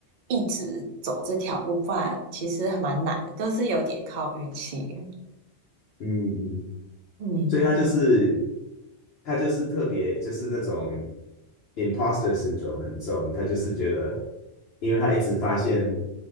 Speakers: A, on the right; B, on the left.
A: 一直走这条路，不然其实还蛮难的，都是有点靠运气。
B: 嗯嗯，
A: 嗯嗯
B: 所以他就是他就是特别就是那种 imposter syndrome 很重，他就是觉得，因为他一直发现，